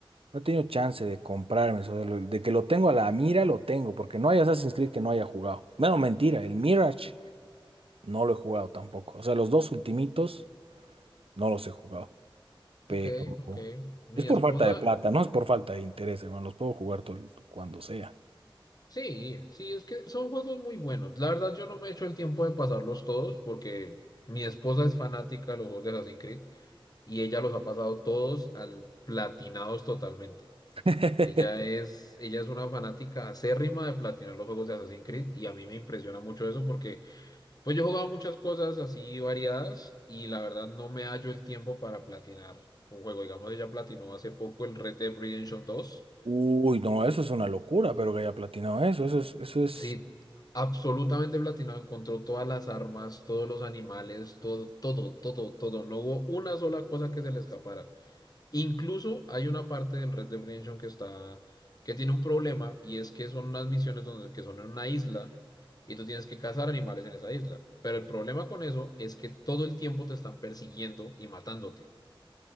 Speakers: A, on the right (about 85°); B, on the left (about 45°).
A: no he tenido chance de comprarme eso. De, lo- de que lo tengo a la mira, lo tengo. Porque no hay Assassin's Creed que no haya jugado. Menos mentira, el Mirage no lo he jugado tampoco. O sea, los dos ultimitos no los he jugado. Pero
B: Ok, ok, mi
A: es por
B: esposa,
A: falta de plata, no es por falta de interés, hermano. Los puedo jugar todo, el- cuando sea.
B: sí, sí, es que son juegos muy buenos. La verdad yo no me he hecho el tiempo de pasarlos todos porque mi esposa es fanática de los juegos de Assassin's Creed y ella los ha pasado todos al platinados totalmente.
A: <laughs>
B: Ella es, ella es una fanática acérrima de platinar los juegos de Assassin's Creed y a mí me impresiona mucho eso porque pues yo he jugado muchas cosas así variadas y la verdad no me hallo el tiempo para platinar un juego. Digamos, ella platinó hace poco el Red Dead Redemption dos
A: Uy, no, eso es una locura, pero que haya platinado eso. Eso es, eso es.
B: Sí, absolutamente platinado, encontró todas las armas, todos los animales, todo, todo, todo, todo. No hubo una sola cosa que se le escapara. Incluso hay una parte del Red Dead Redemption que está, que tiene un problema y es que son unas misiones donde, que son en una isla y tú tienes que cazar animales en esa isla. Pero el problema con eso es que todo el tiempo te están persiguiendo y matándote.